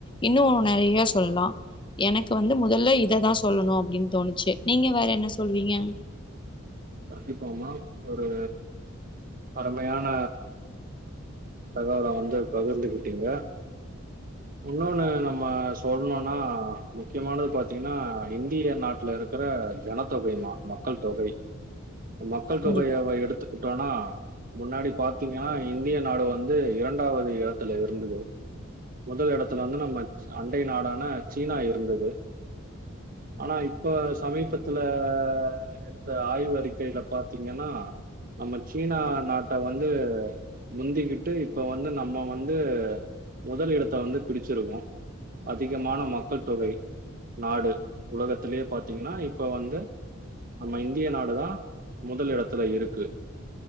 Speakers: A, on the left; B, on the right.
A: இன்னு நறைய சொல்லலா எனக்கு வந்து முதல்ல இத தா சொல்லணு அப்டின் தோணுச்சு நீங்க வேற என்ன சொல்லுவீங்க
B: கண்டிப்பாமா ஒரு அருமையான தகவல வந்து பகிர்ந்துகிட்டீங்க இன்னொன்னு நம்ம சொல்லணுனா முக்கியமானது பாத்தீங்கன்னா இந்திய நாட்டுல இருக்கிற ஜனத்தொகைமா மக்கள் தொகை மக்கள்
A: கண்டிப்பா
B: தொகையவ எடுத்துக்கிட்டோனா முன்னாடி பாத்தீங்கன்னா இந்திய நாடு வந்து இரண்டாவது இடத்துல இருந்தது முதல் இடத்துல வந்து நம்ம அண்டை நாடான சீனா இருந்தது ஆனா இப்ப சமீபத்துல எடுத்த ஆய்வு அறிக்கையில பாத்தீங்கன்னா நம்ம சீனா நாட்ட வந்து முந்திக்கிட்டு இப்ப வந்து நம்ம வந்து முதல் இடத் தா வந்து பிடிச்சிருக்கோ அதிகமான மக்கள் தொகை நாடு உலகத்திலே பாத்தீங்கன்னா இப்ப வந்து நம்ம இந்திய நாடு தா முதல் இடத்துல இருக்கு